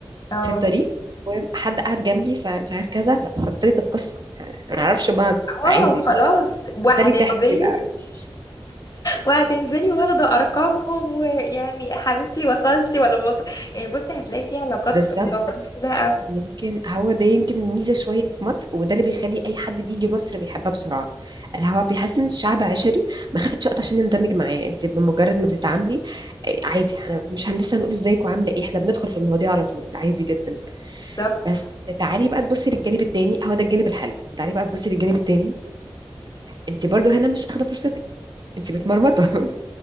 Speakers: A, on the left; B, on the right.
A: اه
B: في الطريق وحد قاعد جنبي فمش عارف كذا ف- فابتدت القصة يعني ما نعرفش بعض
A: اه
B: عادي
A: خلاص وهتنزلي
B: بالتالي تحكي بقى عادي.
A: وهتنزلي واخدة ارقامهم ويعني يا حبيبتي وصلتي ولا ما وصل يعني بصي هتلاقي في علاقات
B: بالظبط
A: متوازنة بقى
B: يمكن هو ده يمكن الميزة شوية في مصر وده اللي بيخلي أي حد بيجي مصر بيحبها بسرعة الهوا بيحس إن الشعب عشري ما خدتش وقت عشان نندمج معاه أنت بمجرد ما بتتعاملي آه، عادي احنا مش هنلسه هنقول ازيك وعاملة ايه احنا بندخل في المواضيع على طول عادي جدا
A: بالظبط
B: بس تعالي بقى تبصي للجانب التاني هو ده الجانب الحلو تعالي بقى تبصي للجانب التاني أنت برضو هنا مش أخدة فرصتك أنت متمرمطة